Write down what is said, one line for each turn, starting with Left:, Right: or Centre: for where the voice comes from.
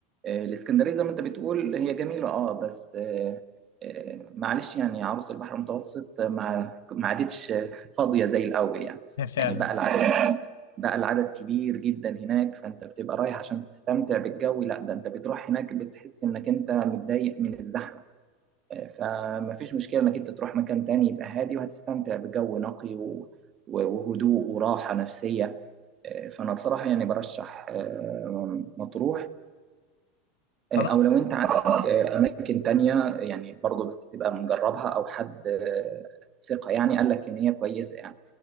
Right: آه، الاسكندريه زي ما انت بتقول هي جميله اه بس آه، آه، معلش يعني عروس البحر المتوسط ما ما عادتش فاضيه زي الاول يعني
Left: <laughs> هي فعلا
Right: يعني بقى العدد بقى العدد كبير جدا هناك فانت بتبقى رايح عشان تستمتع بالجو لا ده انت بتروح هناك بتحس انك انت متضايق من الزحمه آه، فما فيش مشكله انك انت تروح مكان تاني يبقى هادي وهتستمتع بجو نقي و- وهدوء وراحه نفسيه آه، فانا بصراحه يعني برشح آه، مطروح آه،
Left: خلاص
Right: او لو انت عندك آه، اماكن تانية يعني برضه بس تبقى مجربها او حد آه، ثقة يعني قال لك ان هي كويسة يعني